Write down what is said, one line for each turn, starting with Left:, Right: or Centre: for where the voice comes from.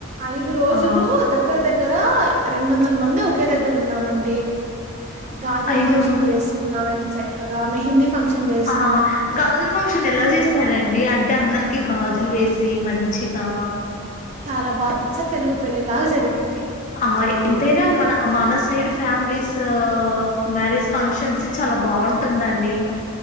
Right: ఐదు రోజులు
Left: ఆ
Right: దగ్గర దగ్ గర రెండు వందల మంది ఒకే దగ్గర ఉన్నామండి గాజులు
Left: ఐదు
Right: ఫంక్షన్
Left: వంద
Right: చేసుకున్నాం ఎంత చక్కగా మె హిందీ ఫంక్షన్ చేసుకున్నాం
Left: ఆ గాజుల ఫంక్షన్ ఎలా చేస్తారండి అంటే అందరికి గాజులు వేసి మంచిగా
Right: చాలా బాగోచ తెలుగు పెళ్ళలిలాగా జరిగింది
Left: ఆ ఎంతైనా మన మన సైడ్ ఫ్యామిలీస్ మ్యారేజ్ ఫంక్షన్స్ చాలా బాగుంటుందండి